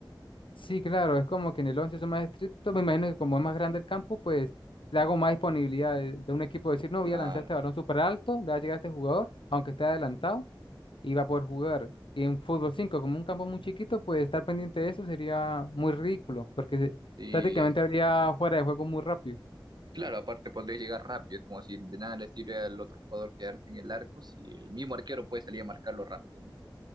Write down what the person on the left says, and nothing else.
sí, claro, es como que en el 11 son más estrictos. Me imagino que como es más grande el campo, pues le hago más disponibilidad de, de un equipo decir, no,
voy a lanzar este balón súper alto, le va a llegar a este jugador, aunque esté adelantado, y va a poder jugar. Y en fútbol 5 como un campo muy chiquito, pues estar pendiente de eso sería muy ridículo, porque se-
prácticamente habría fuera de juego muy rápido.